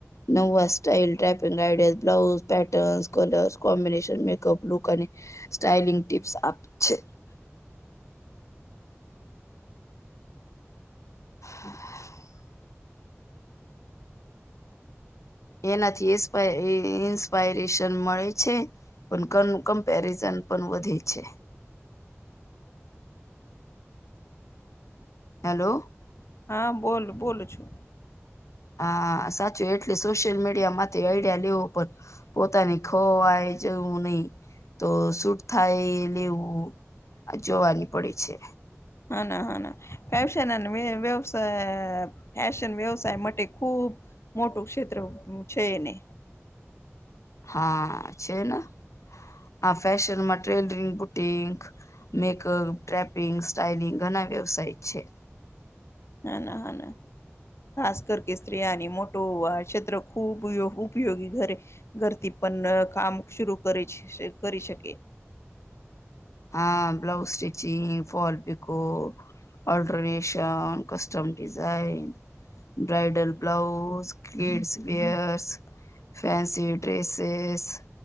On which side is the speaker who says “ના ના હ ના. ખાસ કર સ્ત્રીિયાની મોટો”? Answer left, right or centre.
Left